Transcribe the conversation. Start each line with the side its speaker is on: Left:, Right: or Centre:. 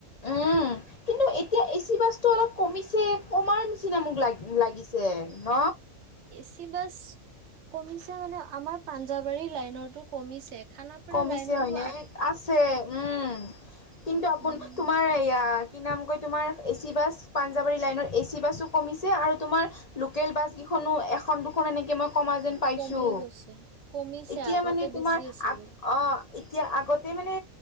Left: উম কিন্তু এতিয়া এ চি ব অলপ কমিছে কমাৰ নিচিনা মোক লাগ লাগিছে ন
Right: এ চি বাছ কমিছে মানে আমাৰ পাঞ্জাৱাৰী লাইনতো কমিছে খানাপাৰা
Left: কমিছে
Right: লাইনৰটো
Left: হয়নে আছে উম কিন্তু আপোন
Right: উম
Left: তোমাৰ ইয়াত কি নামকৈ তোমাৰ এ চি বাছ পাঞ্জাৱাৰী লাইনৰ এ চি বাছো কমিছে আৰু তোমাৰ লোকেল বাছকেইখনো এখন দুখন এনেকৈ মই কমা যেন পাইছোঁ
Right: কমি গৈছে কমিছে
Left: এতিয়া
Right: আগতে
Left: মান তোমাৰ
Right: বেছি আছিলে
Left: অ এতিয়া আগতে মানে